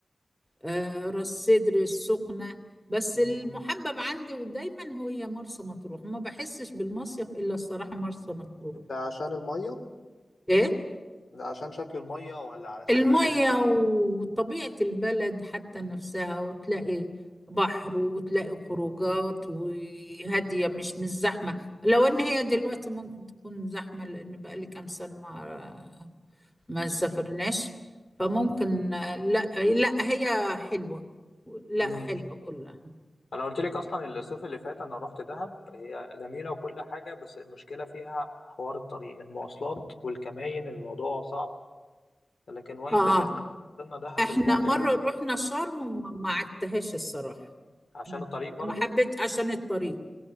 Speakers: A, in the centre; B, on the left.
A: آه، راس سدر السخنة بس
B: مم.
A: المحبب عندي ودايما هي مرسى مطروح ما بحسش بالمصيف إلا الصراحة مرسى مطروح
B: ده عشان المية
A: إيه
B: ده عشان شكل المية ولا علشان
A: المية
B: ايه بالظبط
A: وطبيعة البلد حتى نفسها وتلاقي بحر وتلاقي خروجات وهادية مش مش زحمة لو إن هي دلوقتي ممكن تكون زحمة لأن بقالي كام سنة ما ما سافرناش فممكن آه، لا لا هي حلوة لا
B: مم.
A: حلوة كلها
B: انا قلت لك اصلا الصيف اللي فات انا رحت دهب هي جميلة وكل حاجة بس المشكلة فيها حوار الطريق المواصلات والكماين الموضوع صعب لكن وانس
A: اه
B: اللي احنا وصلنا دهب
A: احنا
B: الموضوع
A: مرة
B: ده-
A: رحنا شرم وما ما عدتهاش الصراحة
B: عشان
A: أنا
B: الطريق برضو
A: ما حبيت عشان الطريق